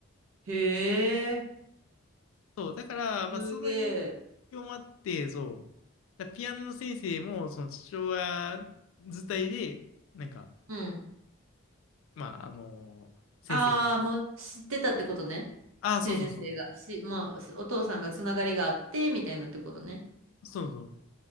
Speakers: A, on the right; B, on the left.
A: へえ、
B: そう、だから、
A: すげえ。
B: まあ、その影響もあって、そう、だピアノの先生も、その父親伝いで、なんか、
A: うん。
B: まあ、あの先生が、
A: ああ、もう知ってたってことね。
B: ああ、
A: 先生が。
B: そうそうそう、
A: し、まあ、お父さんがつながりがあって、みたいなってことね。
B: そうそう。